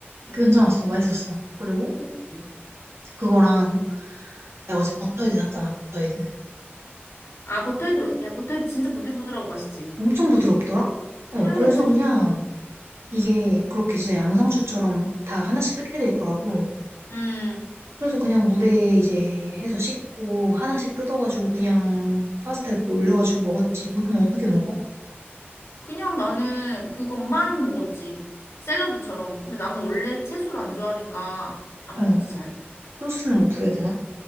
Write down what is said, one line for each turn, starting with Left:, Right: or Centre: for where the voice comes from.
Left: 음.
Right: 그 괜찮았어. 맛있었어. 그리고
Left: 그치.
Right: 그거랑 내가 어제 버터헤드 샀잖아. 버터헤드.
Left: 아 버터헤드 야 버터헤드 진짜 부들부들하고 맛있지.
Right: 엄청 부드럽더라? 어,
Left: 그래
Right: 그래서
Left: 진짜
Right: 그냥
Left: 부드러워.
Right: 이게 그렇게 진짜 양상추처럼 다 하나씩 뜯게 돼 있더라고.
Left: 음.
Right: 그래서 그냥 물에 이제 해서 씻고 하나씩 뜯어가지고 그냥 파스타에 올려가지고 먹었지. 보통 어떻게 먹어?
Left: 그냥 나는 그것만 먹었지. 샐러드처럼. 근데 나는 원래 채소를 안 좋아하니까 안
Right: 어,
Left: 먹지 잘.
Right: 소스는 뭐 뿌려야 되나?